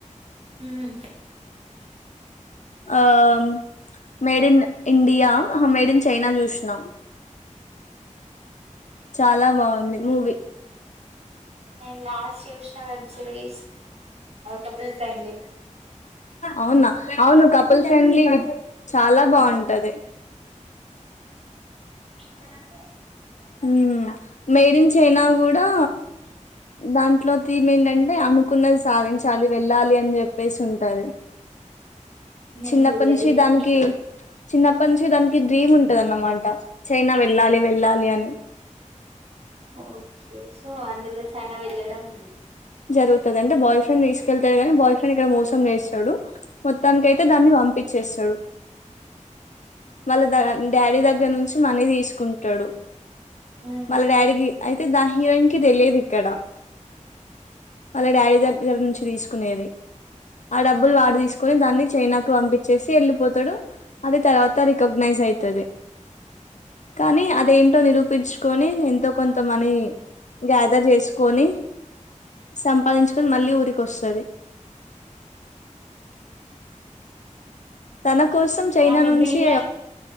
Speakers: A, on the right (about 50°); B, on the left (about 65°).
A: హమ్
B: ఆమ్ made in India made in China చూసినా చాలా బాగుంది మూవీ
A: నేను last Krishna web series couple friendly
B: అవునా అవును కపుల్ ఫ్రెండ్లీ విత్ చాలా బాగుంటాది
A: అ
B: హమ్ మేడిన్ చైనా కూడా దాంట్లో థీమ్ ఏంటంటే అనుకున్నది సాధించాలి వెళ్ళాలి అని చెప్పేసి ఉంటాది
A: నేను
B: చిన్నపటి
A: చూడలేదు
B: నుంచి
A: ఇంకా
B: దానికి చిన్నపటి నుంచి దానికి డ్రీమ్ ఉంటాది అన్నమాట చైనా వెళ్ళాలి వెళ్ళాలి అని
A: ఓకే సో అందులో చైనా వెళ్ళడం
B: జరుగుతుంది అంటే బాయ్ ఫ్రెండ్ తీసుకెళ్తాడు కాగాని బాయ్ ఫ్రెండ్ ఇక్కడ మోసం వేస్తాడు మొత్తానికి అయితే దాన్ని పంపించేస్తాడు వాళ్ళ ద డాడీ దగ్గర నుంచి మన అ తీసుకుంటాడు
A: ఉమ్
B: మళ్ళ డాడీకి అయితే దా హీరోయిన్ కి తెలియదు ఇక్కడ వాళ్ళ డాడీ దగ్గర నుంచి తీసుకునేది ఆ డబ్బులు వాడు తీసుకుని దాన్ని చైనాకు పంపించేసి వెళ్ళిపోతాడు అది తర్వాత రికగ్నైజ్ అయితుంది కానీ అదేంటో నిరూపించుకొని ఎంతో కొంత మనీ గ్యాదర్ చేసుకొని సంపాదించుకుని మళ్ళీ ఊరికి వస్తుంది తన కోసం చైనా
A: ఆమె
B: నుంచి
A: డ్రీమ్ అయితే